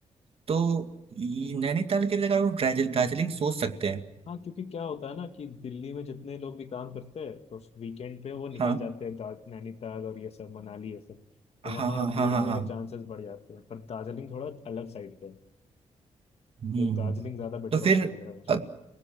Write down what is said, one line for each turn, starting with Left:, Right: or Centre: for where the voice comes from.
Right: तो ये नैनीताल के जगह वो दार्जिल- दार्जिलिंग सोच सकते हैं
Left: हाँ क्योंकि क्या होता है ना कि दिल्ली में जितने लोग भी काम करते हैं तो वीकेंड पे वो निकल
Right: हाँ
Left: जाते हैं दा- नैनीताल और ये सब मनाली ये सब तो
Right: हाँ
Left: वहाँ
Right: हाँ
Left: भीड़
Right: हाँ हाँ
Left: होने
Right: हाँ
Left: के चांसेस बढ़ जाते हैं पर दार्जिलिंग थोड़ा अलग साइड पे है
Right: हम्म
Left: तो दार्जिलिंग ज़्यादा बेटर
Right: तो फिर
Left: ऑप्शन लग रहा है मुझे
Right: अ-